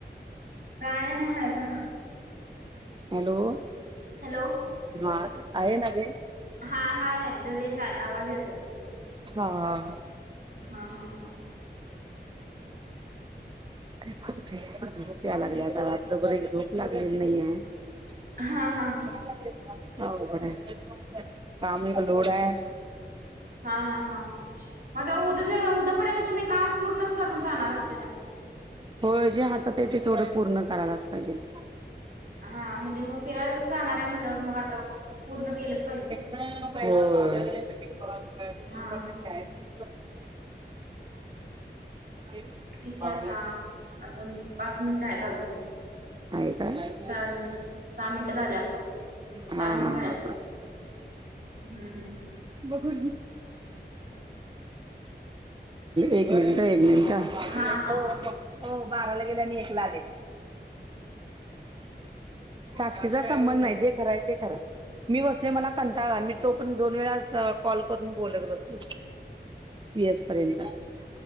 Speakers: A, on the right; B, on the right.
A: काय नाह आता.
B: हॅलो,
A: हॅलो,
B: हा, आहे ना रेंज?
A: हा हाये रेंज आहे आवाज येतो.
B: हा हा हा,
A: हा हा हा,
B: अरे बापरे! झोप यायला लागली आता रात्रभर एक झोप लागलेली नाहीये. <unintelligible>
A: हा हा
B: लागली तुम्हाला? अवघड आहे. काम एक लोड आहे.
A: हा हा हा, मज उद्या जर उद्यापर्यंत तुम्ही काम पूर्णच करून जाणार असतीला.
B: होय जे हातात आहे ते थोडं पूर्ण करायलाच पाहिजे.
A: हा म्हणजे मग फिरायला जाणाऱ्या म्हणल्यावर मग आता पूर्ण केलंच पाहिजे.
B: होय.
A: हा हा
B: हा,
A: किती आता अजून पाच मिनिटं आहेत अजून
B: आहे काय?
A: चार मिनिटं सहा मिनिटं झाले आता
B: हा..
A: चार मिनिटं आहेत. हम्म हम्म
B: आलो एक मिनट एक मिनिटं बाबू
A: हा
B: नेलतो
A: हा हा
B: <unintelligible> हो बाराला गेले आणि एक ला आले. साक्षीचा संबंध नाही. जे कराय ते करा मी बसले मला कंटाळा आणि मी तो पण दोन वेळा त कॉल करून बोलत बसलो पी एस पर्यंत.